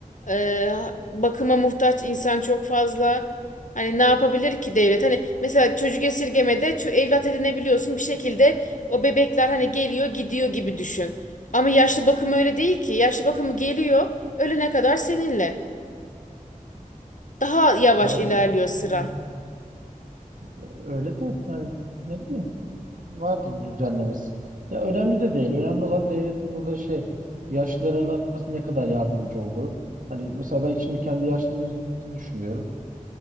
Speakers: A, on the left; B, on the right.
A: e, bakıma muhtaç insan çok fazla. Hani ne yapabilir ki devlet? Hani mesela çocuk esirgemede ço- evlat edinebiliyorsun bir şekilde o bebekler hani geliyor gidiyor gibi düşün. Ama yaşlı bakım öyle değil ki. Yaşlı bakımı geliyor ölene kadar seninle. Daha yavaş
B: Tamam.
A: ilerliyor sıra.
B: Yani, e, öyle de yani ne bileyim. Vardır bir düzenlemesi. Ya önemli de değil. Önemli olan devletin burada şey yaşlılarına nasıl- ne kadar yardımcı olduğu. Hani mesela ben şimdi kendi yaşlılığımızı düşünüyorum.